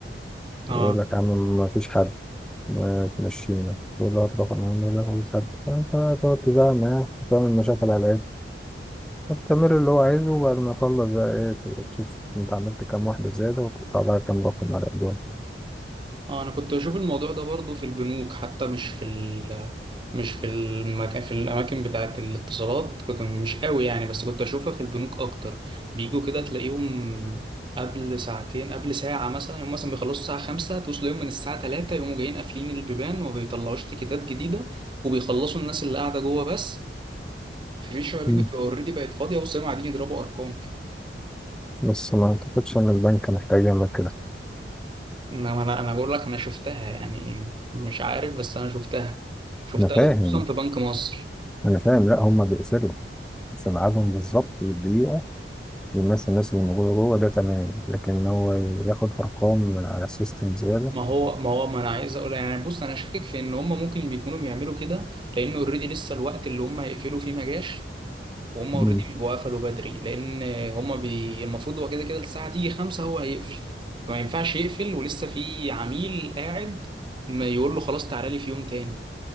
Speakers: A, on the right (about 25°); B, in the centre.
A: اه
B: يقول لك يا عم مفيش حد ما تمشينا يقول له هات رقم يا عم لا مفيش حد فانت بقى تقعد تزعل معاه وتعمل مشاكل على العيال التمرين اللي هو عايزه وبعد ما يخلص بقى ايه تبقى تشوف انت عملت كام واحدة زيادة وتقطع بقى كام رقم على قدام
A: اه انا كنت بشوف الموضوع ده برضو في البنوك حتى مش في ال مش في المكان في الاماكن بتاعه الاتصالات كنت مش قوي يعني بس كنت اشوفها في البنوك اكتر بيجوا كده تلاقيهم قبل ساعتين قبل ساعة مثلا هم مثلا بيخلصوا الساعة خمسة توصل يوم من الساعة تلاتة يقوموا جايين قافلين البيبان وما بيطلعوش تيكيتات جديدة وبيخلصوا الناس اللي قاعدة جوه بس مفيش شويه بيجوا
B: مم.
A: تبقى اوريدي بقت فاضيه وصيام قاعدين يضربوا ارقام كده
B: بس ما اعتقدش ان البنك محتاج يعمل كده
A: انما انا انا بقول لك انا شفتها يعني مش عارف بس انا شفتها شفتها
B: انا فاهم
A: خصوصا في بنك مصر
B: انا فاهم لا هما بيقسلوا بس ميعادهم بالظبط في الدقيقة بيمثل الناس اللي موجودة جوه ده تمام لكن هو ياخد ارقام من على السيستم زيادة
A: ما هو ما هو ما انا عايز اقول يعني بص انا شاكك في ان هم ممكن بيكونوا بيعملوا كده لان اوريدي لسه الوقت اللي هم يقفلوا فيه ما جاش وهم
B: مم.
A: اوريدي بيبقوا قفلوا بدري لان هم بي... المفروض هو كده كده الساعه تيجي خمسة هو هيقفل فما ينفعش يقفل ولسه في عميل قاعد ما يقول له خلاص تعالى لي في يوم تاني